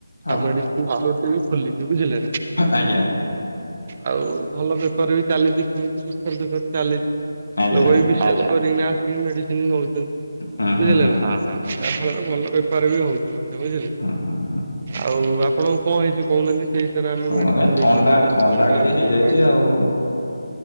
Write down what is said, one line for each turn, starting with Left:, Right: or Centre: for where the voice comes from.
Left: ହଁ।
Right: ଆଉ ମେଡିସିନ ଷ୍ଟୋର ଖୋଲିଛି ବୁଝିଲେ।
Left: ଆଜ୍ଞା
Right: ଆଉ ଭଲ ବେପାର ବି ଚାଲିଛି ସେମିତି ସୁଖରେ ଦୁଃଖରେ ଚାଲିଛି
Left: ଆଜ୍ଞା
Right: ଲୋକ ବି ବିଶେଷ ତାପରେ ଏଇନା ଆସିକି ମେଡିସିନ ନଉଛନ୍ତି
Left: ହୁଁ
Right: ବୁଝିଲେ
Left: ହୁଁ ହୁଁ
Right: ନା ଯାହାଫଳରେ ଭଲ ବେପାର ବି ହଉଛି। ବୁଝିଲେ
Left: ହୁଁ ହୁଁ ହୁଁ।
Right: ଆଉ ଆପଣଙ୍କର କଣ ହେଇଛି କହୁନାହାନ୍ତି? ସେଇଥିରେ ଆମେ
Left: ଶୁଣରେ
Right: ମେଡିସିନ ଦେଇ
Left: ଥଣ୍ଡା
Right: ପାରିବା।
Left: ଥଣ୍ଡା
Right: <unintelligible> ଥଣ୍ତାରୁ
Left: ଟିକେ ହେଇଯାଇଛି
Right: କଣ
Left: ଆଉ।